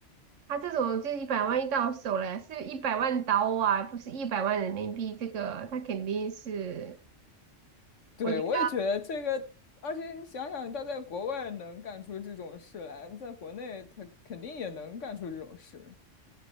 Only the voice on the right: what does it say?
他这种就一百万一到手了，是一百万刀啊，不是一百万人民币。这个他肯定是，
我觉得，